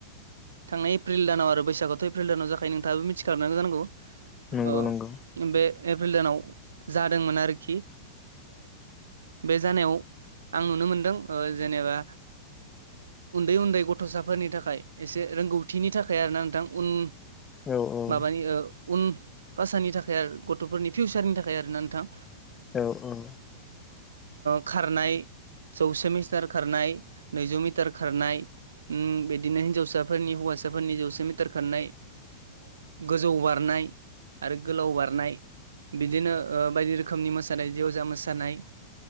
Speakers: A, on the right (about 70°); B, on the left (about 20°).
A: -थांनाय एप्रिल दानाव आरो बैसागुथ' एप्रिल दानाव जाखायो नोंथाङाबो मिथिखानांगौ जानांगौ
B: नंगौ
A: ओ
B: नंगौ
A: बे एप्रिल दानाव जादोंमोन आरोखि बे जानायाव आं नुनो मोनदों जेनेबा उन्दै- उन्दै गथ'साफोरनि थाखाय एसे रोंगौथिनि थाखाय आरोना नोंथां उन
B: औ औ
A: माबानि उन भाषानि थाखाय आरो गथ'फोरनि फिउचारनि थाखाय आरोना नोंथां
B: औ - औ
A: खारनाय जौसे मिटार खारनाय नैजौ मिटार खारनाय उम बिदिनो हिन्जावसाफोरनि हौवासाफोरनि जौसे मिटार खारनाय गोजौ बारनाय आरो गोलाव बारनाय बिदिनो बायदि रोखोमनि मोसानाय जेवजा मोसानाय